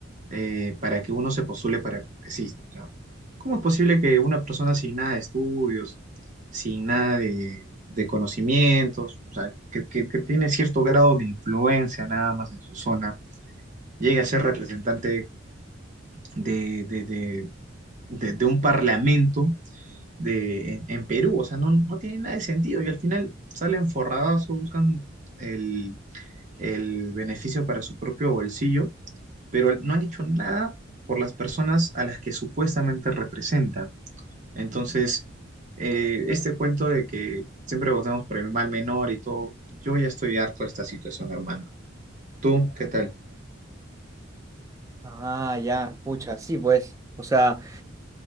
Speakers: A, on the right; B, on the right.
A: eh, para que uno se postule para congresista. O sea, ¿cómo es posible que una persona sin nada de estudios, sin nada de, de conocimientos, o sea, que, que- que tiene cierto grado de influencia nada más en su zona, llegue a ser representante de, de, de de- de un parlamento? de, en, en Perú, o sea, no, no tiene nada de sentido y al final salen forradas o buscan el, el beneficio para su propio bolsillo, pero no han hecho nada por las personas a las que supuestamente representan. Entonces, eh, este cuento de que siempre votamos por el mal menor y todo, yo ya estoy harto de esta situación, hermano. ¿Tú qué tal?
B: Ah, ya, pucha, sí, pues. O sea,